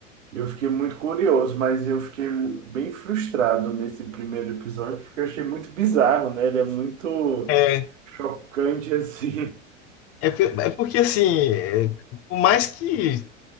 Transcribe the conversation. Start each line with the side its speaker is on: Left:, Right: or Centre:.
Right: Eu fiquei muito curioso, mas eu fiquei bem frustrado nesse primeiro episódio, porque eu achei muito bizarro, né? Ele é muito
Left: É,
Right: chocante, assim,
Left: é, pe- é porque assim, é, por mais que,